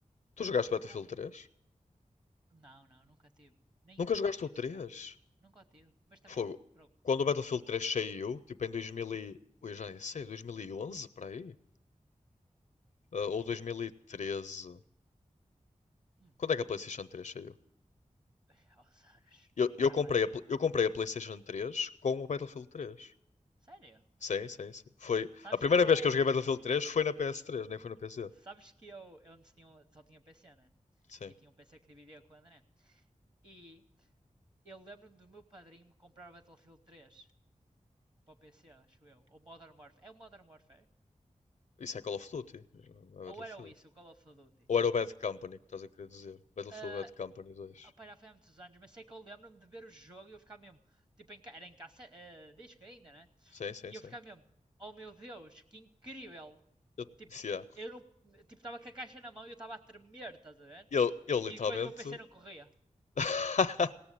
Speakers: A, on the left; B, on the right.
A: tu jogaste Battlefield
B: o que eu...
A: 3?
B: Não, não, nunca tive. Nem,
A: Nunca
B: nunca
A: jogaste
B: o tive
A: o 3?
B: sequer. Nunca o tive. Mas também,
A: Fogo.
B: bro,
A: Quando o Battlefield 3 saiu, tipo em 2000 e... Ui, já nem sei, 2011 para aí? Ah, ou 2013?
B: hum,
A: Quando é que a PlayStation 3 saiu?
B: <laughs> aos anos.
A: Eu,
B: Vai
A: eu
B: há
A: comprei
B: mais de
A: a,
B: 10
A: pl-
B: anos.
A: eu comprei a PlayStation 3 com o Battlefield 3.
B: Sério?
A: Sim, sim, sim. Foi
B: Sabes
A: a primeira
B: que eu...
A: vez que eu joguei
B: <laughs>
A: Battlefield 3 foi na PS3, nem foi no PC.
B: Sabes que eu, eu antes tinha, um- só tinha PC, né?
A: Sim.
B: E tinha um PC que dividia com o André. E Eu lembro-me do meu padrinho me comprar o Battlefield 3 para o PC, acho eu. Ou Modern Warfare. É o Modern Warfare?
A: Isso é Call of Duty, não é Battlefield.
B: Ou era o isso, o Call of Duty?
A: Ou era o Bad Company que estás a querer dizer? Battlefield
B: Ah,
A: Bad Company 2.
B: opá, já foi há muitos anos, mas sei que eu lembro-me de ver o jogo e eu ficar mesmo. Tipo, em, era em cassete, eh, disco ainda, né?
A: Sim, sim,
B: E
A: sim.
B: eu ficar mesmo, oh meu Deus, que incrível!
A: Eu,
B: Tipo,
A: yeah,
B: eu não. Tipo, estava com a caixa na mão e eu estava a tremer, estás a ver?
A: Eu, eu
B: E
A: literalmente.
B: depois o meu PC não corria.
A: <laughs>